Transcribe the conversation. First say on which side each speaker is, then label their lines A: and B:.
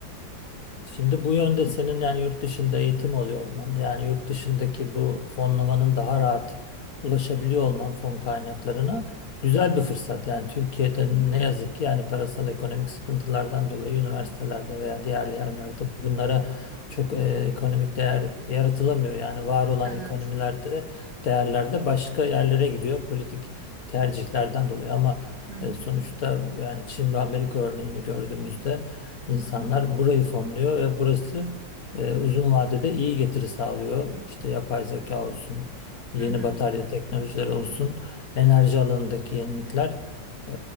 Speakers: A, on the left; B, on the right.
A: Şimdi bu yönde senin yani yurt dışında eğitim oluyor olman, yani yurt dışındaki bu fonlamanın daha rahat ulaşabiliyor olman fon kaynaklarına güzel bir fırsat. Yani Türkiye'de ne yazık ki yani parasal ekonomik sıkıntılardan dolayı üniversitelerde veya diğer yerlerde bunlara çok e, ekonomik değer yaratılamıyor. Yani var olan ekonomilerde,
B: Evet.
A: değerlerde başka yerlere gidiyor politik tercihlerden dolayı ama
B: Hı hı.
A: e, sonuçta yani Çin ve Amerika örneğini gördüğümüzde İnsanlar burayı fonluyor ve burası e, uzun vadede iyi getiri sağlıyor. İşte yapay zeka olsun, yeni
B: Hı hı.
A: batarya teknolojileri olsun, enerji alanındaki yenilikler e,